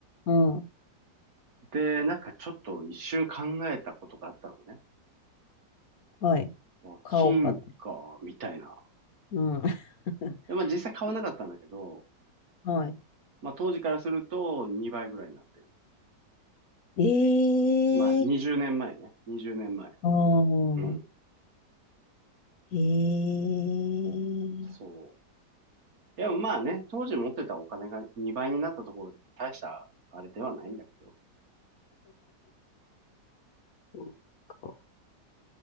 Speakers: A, on the left (about 60°); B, on the right (about 55°).
A: うん。
B: で、なんかちょっと一瞬考えたことがあったのね。
A: はい。
B: まあ金か、
A: 買おうかって。
B: みたいな。
A: うん。<laughs>
B: で、まあ実際買わなかったんだけど、
A: はい。
B: まあ当時からすると2倍ぐらいになってる。
A: ええ
B: まあ20年前ねんまえね。20年前。
A: ー。ああ。
B: うん。
A: ええー。
B: そう。でもまあね、当時持ってたお金が2倍になったところで大したあれではないんだけど。
A: そっか